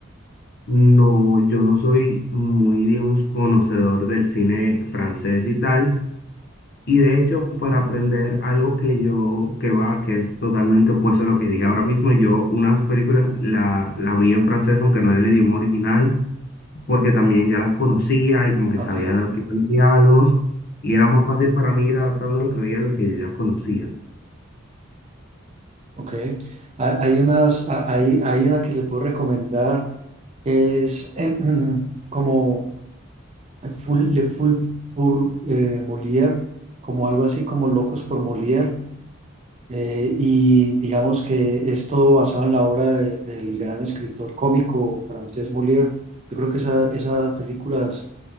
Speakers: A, on the left; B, on the right.
A: no, yo no soy muy, digamos, conocedor del cine francés y tal. Y de hecho, para aprender algo que yo, que va, que es totalmente opuesto a lo que dije ahora mismo, yo unas películas la, las vi en francés, aunque no era el idioma original, porque también ya las conocía y como que
B: Ok.
A: sabía de lo que eran los diálogos y era más fácil para mí ir adaptando lo que veía a lo que yo ya conocía
B: Ok. Ha- Hay unas, ha- hay, hay una que le puedo recomendar que es eh, mm, <clears throat> como eh, full, Le Full pour eh, Molière, como algo así como Locos por Molière. eh, y digamos que esto basado en la obra de- del gran escritor cómico francés Molière. Yo creo que esa, esas películas